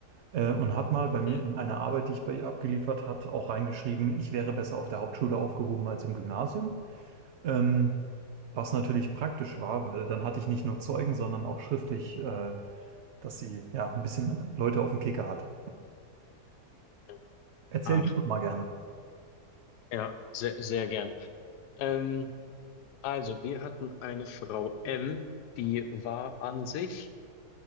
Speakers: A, on the right (about 80°); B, on the left (about 80°).
A: Äh, und hat mal bei mir
B: mhm,
A: in einer Arbeit, die ich bei ihr abgeliefert hat, auch reingeschrieben, ich wäre besser auf der Hauptschule aufgehoben als im Gymnasium. Ähm, was natürlich praktisch war, weil dann hatte ich nicht nur Zeugen, sondern auch schriftlich äh, dass sie ja ein bisschen äh, Leute auf den Kicker hat.
B: mhm.
A: Erzähl
B: Ach,
A: du doch mal gerne.
B: ja, sehr, sehr gern. Ähm, also, wir hatten eine Frau M, die war an sich